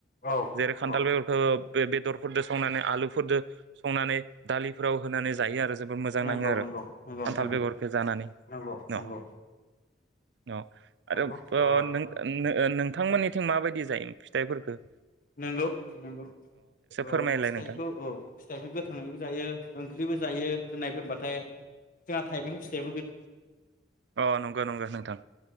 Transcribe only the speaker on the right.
जेरै खानथाल
बेगरफोरखौ बे बेदरफोरदो संनानै आलुफोरदो संनानै दालिफोराव होनानै जायो आरो जोबोद मोजां
नाङो आरो
खानथाल
बेगरखौ जानानै
न
ओ
आरो प
नों नों ओ नोंथांमोननिथिं माबायदि जायो फिथाइफोरफोरखौ
फोरमायलाय
नोंथां
अ नंगौ नंगौ नोंथां